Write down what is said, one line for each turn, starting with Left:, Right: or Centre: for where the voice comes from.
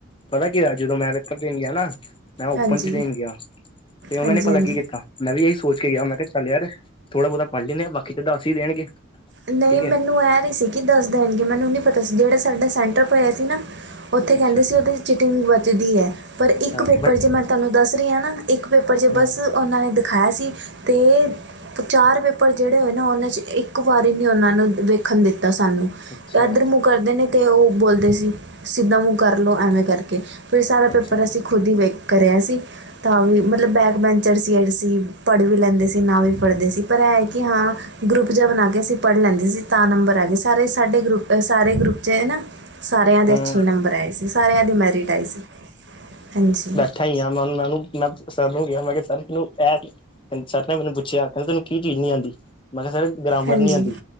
Left: ਪਤਾ ਕੀ ਜਦੋਂ ਮੈਂ ਪੇਪਰ ਦੇਣ ਗਿਆ ਨਾ। ਮੈਂ ਓਪਨ
Right: ਹਾਂਜੀ
Left: ਚ ਦੇਣ ਗਿਆ ਤੇ ਉਹਨਾਂ
Right: ਹਾਂਜੀ
Left: ਨੇ ਭਲਾ
Right: ਹਾਂਜੀ
Left: ਕੀ ਕੀਤਾ। ਮੈਂ ਵੀ ਇਹੀ ਸੋਚ ਕੇ ਗਿਆ ਮੈਂ ਕਿਹਾ ਚੱਲ ਯਾਰ ਥੋੜ੍ਹਾ ਬਹੁਤਾ ਪੜ੍ਹ ਲੈਂਦੇ ਹਾਂ ਬਾਕੀ ਤਾਂ ਦੱਸ ਹੀ ਦੇਣਗੇ।
Right: ਨਹੀਂ
Left: ਠੀਕ
Right: ਮੈਨੂੰ
Left: ਹੈ
Right: ਇਹ ਨਹੀਂ ਸੀ ਕਿ ਦੱਸ ਦੇਣਗੇ ਮੈਨੂੰ ਨਹੀਂ ਪਤਾ ਸੀ ਜਿਹੜਾ ਸਾਡਾ ਸੈਂਟਰ ਪਆ ਸੀ ਨਾ। ਉੱਥੇ ਕਹਿੰਦੇ
Left: ਅੱਛਾ
Right: ਸੀ ਉਹਦੇ ਚਿਟਿੰਗ ਵਚਦੀ ਹੈ। ਪਰ
Left: ਅੱਛਾ
Right: ਇੱਕ ਪੇਪਰ
Left: ਬਟ
Right: ਚੇ ਮੈਂ ਤੁਹਾਨੂੰ ਦੱਸ ਰਹੀ ਹਾਂ ਨਾ ਇੱਕ ਪੇਪਰ ਚੇ
Left: ਹੂੰ
Right: ਬਸ ਉਹਨਾਂ ਨੇ। ਖਾਇਆ ਸੀ ਤੇ ਚਾਰ ਪੇਪਰ ਜਿਹੜੇ ਹੋਏ ਨੇ ਉਹਨਾਂ 'ਚ ਇੱਕ। ਇੱਕ ਵਾਰੀ ਨੀ ਉਹਨਾਂ ਨੂੰ ਵੇਖਣ ਦਿੱਤਾ ਸਾਨੂੰ
Left: ਅੱਛਾ
Right: ਇਦਰ ਮੂੰਹ ਕਰਦੇ ਨੇ। ਤੇ ਉਹ ਬੋਲਦੇ ਸੀ ਸਿੱਧਾਂ ਮੂੰਹ ਕਰ ਲ ਐਵੇ ਏ ਕਰਕੇ ਫਿਰ ਸਾਰਾ
Left: ਅੱਛਾ
Right: ਪੇਪਰ ਅਸੀਂ। ਖੁਦ ਹੀ ਵੇਖ ਕਰਿਆ ਸੀ। ਤਾਂ ਵੀ ਮਤਲਬ ਬੈਕ ਬੈਂਚਰ ਸੀ ਐਡ ਸੀ ਪੜ੍ਹ ਵੀ ਲੈਂਦੇ ਸੀ ਨਾ ਵੀ ਪੜ੍ਹਦੇ ਸੀ ਪਰ ਹੈ ਕਿ ਹਾਂ। ਗਰੁੱਪ ਜਹਾ ਬਣਾ ਕੇ ਅਸੀਂ ਪੜ੍ਹ ਲੈਂਦੇ ਸੀ ਤਾਂ ਨੰਬਰ ਆ ਗਏ ਸਾਰੇ ਸਾਡੇ ਗਰੁੱਪ ਸਾਰੇ ਗਰੁੱਪ 'ਚ ਹੈ ਨਾ। ਸਾਰਿਆਂ ਦੇ
Left: ਹੂੰ
Right: ਅੱਛੇ ਨੰਬਰ ਆਏ ਸੀ ਸਾਰਿਆਂ ਦੀ ਮੈਰਿਟ ਆਈ ਸੀ ਹਾਂਜੀ।
Left: ਥਾਹੀਆ ਮੈਂ ਮਨੂੰ ਮੈਂ ਸਰ ਨੂੰ ਕਿਹਾ ਮੈਂ ਕਿਹਾ ਤੈਨੂੰ ਇਹ ਕ ਸਰ ਨੇ ਮੈਨੂੰ ਪੁੱਛਿਆ ਕਹਿੰਦੇ ਤੈਨੂੰ। ਕੀ ਚੀਜ਼ ਨੀ ਆਉਂਦੀ ਮੈਂ ਕਿਹਾ ਸਰ ਗਰਾਮਰ
Right: ਹਾਂਜੀ
Left: ਨੀ ਆਉਂਦੀ